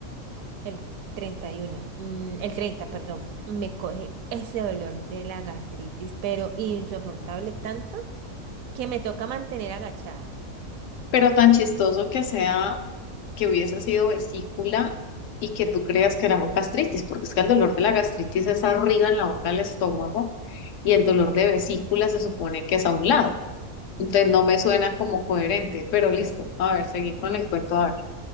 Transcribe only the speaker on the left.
Pero tan chistoso que sea que hubiese sido vesícula y que tú creas que era gastritis, porque es que el dolor de la gastritis es arriba en la boca del estómago y el dolor de vesícula se supone que es a un lado. Entonces no me suena como coherente, pero listo. A ver, seguí con el cuento. A ver.